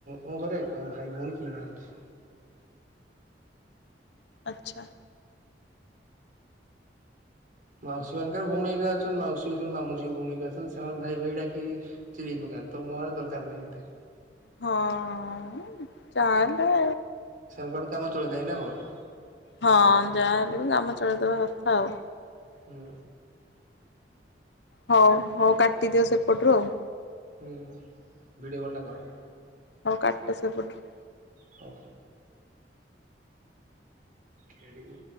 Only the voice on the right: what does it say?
ମୋ ଘରେ ଏକା ମୋ ଭାଇ ଭଉଣୀ କେଇ ନାହାନ୍ତି।
ମାଉସୀ ମାନଙ୍କର ଭଉଣୀ ଏକା ଅଛନ୍ତି ମାଉସୀ ଅଛନ୍ତି ମାମୁ ଝିଅ ଭଉଣୀ ଅ ସେମାନେ ଭାଇ ଭାଇ ଡାକି ଚିଲେଇ ପକାନ୍ତି ତ ଦରକାର ନାହିଁ ଏତେ।
ତା କଠୁ କାମ ଚଥାଏ ନା କଣ
ହୁଁ।
ହୁଁ ଭିଡିଓ କଲ ଟା କର।
ଯୋଉ। ଖେଳିବି